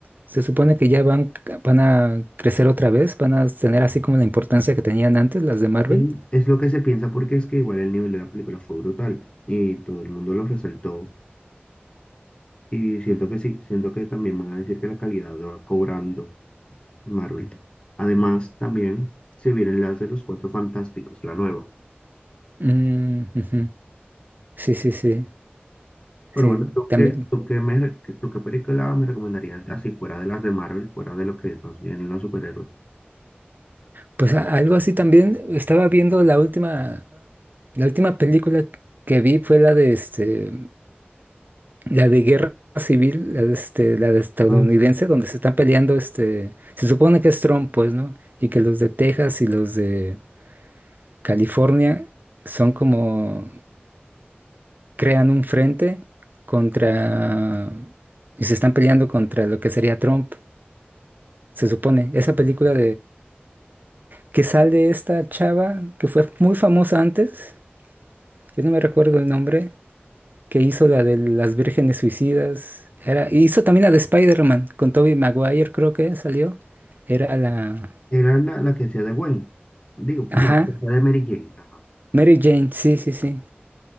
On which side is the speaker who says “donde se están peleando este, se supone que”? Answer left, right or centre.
Right